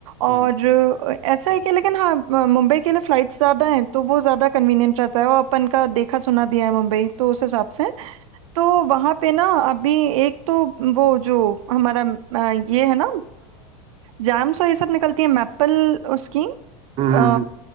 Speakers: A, on the right (about 70°); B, on the right (about 35°).
A: और
B: हम्म
A: अ, ऐसा है कि लेकिन हाँ अ, मुंबई के लिए फ्लाइट्स ज्यादा हैं तो वो ज्यादा कन्वीनियंट रहता है और अपन का देखा सुना भी है मुंबई तो उस हिसाब से तो वहां पे ना अभी एक तो वो जो हमारा अ, ये है ना जैम्स और ये सब निकलती है मैपल उसकी
B: हम्म
A: अ,
B: हम्म, हम्म।